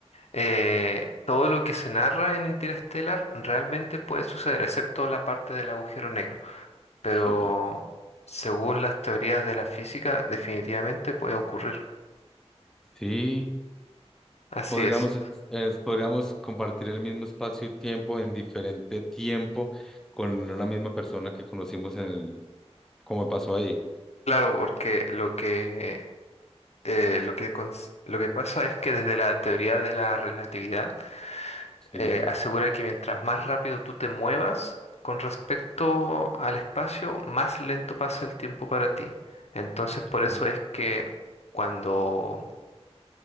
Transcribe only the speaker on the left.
eh, todo lo que se narra en Interstellar realmente puede suceder, excepto la parte del agujero negro. Pero
según las teorías de la física, definitivamente puede ocurrir.
Así
es.
Claro, porque lo que, eh, lo que, cons- lo que pasa es que desde la teoría de la relatividad,
eh, asegura que mientras más rápido tú te muevas con respecto al espacio, más lento pasa el tiempo para ti. Entonces, por eso
es que cuando,